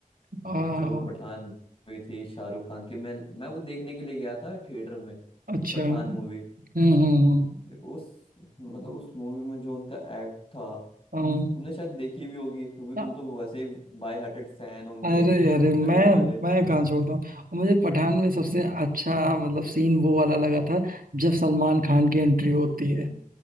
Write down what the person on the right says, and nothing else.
आ,
अच्छा
हम्म
हम्म
हम्म
अम,
अरे अरे मैं
मैं कहाँ छोड़ता हूँ और मुझे पठान में सबसे अच्छा मतलब
सीन वो वाला लगा था जब
सलमान खान की एंट्री होती
है